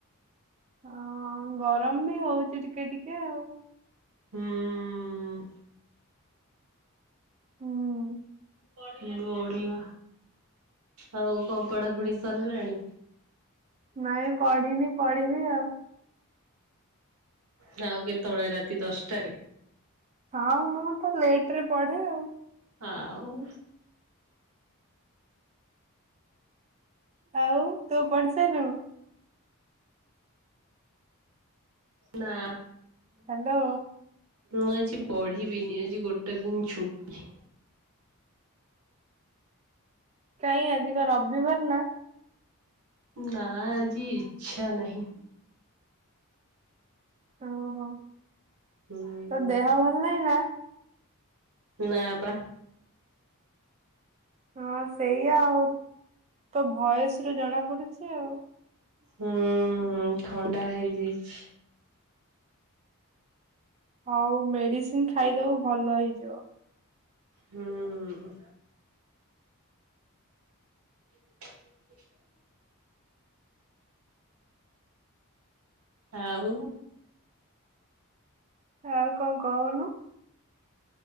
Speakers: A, on the right; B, on the right.
A: ହଁ ଗରମ ବି ହଉଛି ଟିକେ ଟିକେ ଆଉ।
B: ହୁଁ, ଉଁ,
A: ହୁଁ।
B: ବଢିଆ, ଆଉ କଣ ପଢାପଢି ସରଲାଣି?
A: ନାଇଁ ପଢିନି ପଢିବି ଆଉ।
B: ଯାଉ କେତେବଳେ ରାତି ଦଶଟାରେ?
A: ହଁ ମୁଁ ତ ଲେଟ୍ ରେ ପଢେ ଆଉ।
B: ହଁ ଆଉ
A: ଆଉ ତୁ ପଢି ସାଇଲୁଣୁ?
B: ନା।
A: ହାଲୋ।
B: ମୁଁ ଆଜି ପଢିବିନି ଆଜି ଗୋଟେ ଦିନ ଛୁଟି।
A: କାଇଁ ଆଜି କଣ ରବିବାର ନା?
B: ନା ଆଜି ଇଚ୍ଛା ନାହିଁ।
A: ଓହୋ,
B: ହୁଁ
A: ତୋ ଦେହ ଭଲ ନାହିଁ ନା?
B: ନା ବା।
A: ହଁ ସେଇଆ ଆଉ ତୋ ଭଏସ୍ ରୁୁ ଜଣା ପଡୁଛି ଆଉ।
B: ହୁଁ, ଉଁ, ଥଣ୍ଡା ହେଇଯାଇଛି।
A: ହଉ ମେଡିସିନ ଖାଇଦବୁ ଭଲ ହେଇଯିବ।
B: ହୁଁ। <unintelligible> ଆଉ।
A: ଆଉ କଣ କହୁନୁ?